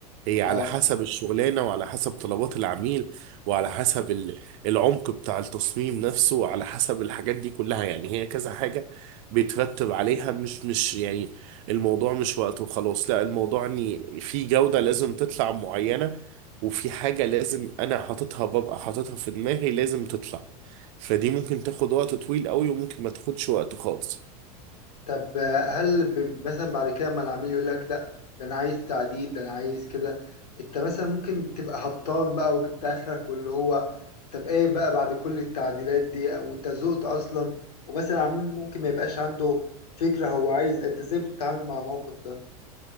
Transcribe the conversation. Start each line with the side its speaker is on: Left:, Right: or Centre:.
Right: هي على
Left: اه
Right: حسب الشغلانة وعلى حسب طلبات العميل وعلى حسب ال- العمق بتاع التصميم نفسه وعلى حسب الحاجات دي كلها يعني هي كذا حاجة بيترتب عليها مش مش يعني الموضوع مش وقت وخلاص لا الموضوع ان في جودة لازم تطلع معينة وفي حاجة لازم انا حاططها ببقى حاططها في دماغي لازم تطلع فدي ممكن تاخد وقت طويل قوي وممكن ما تاخدش وقت خالص
Left: طب آه، هل ب- مثلا بعد كده ما العميل يقول لك لا ده انا عايز تعديل ده انا عايز كده انت مثلا ممكن تبقى هبطان بقى وجبت اخرك واللي هو طب ايه بقى بعد كل التعديلات دي وانت زهقت اصلا ومثلا العميل ممكن ما يبقاش عنده فكرة هو عايز انت ازاي بتتعامل مع الموقف ده